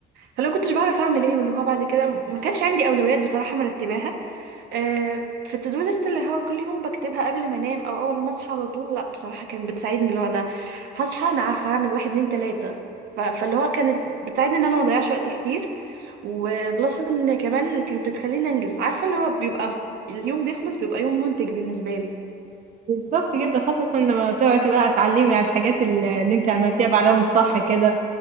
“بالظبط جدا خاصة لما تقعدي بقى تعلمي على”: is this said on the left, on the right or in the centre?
Right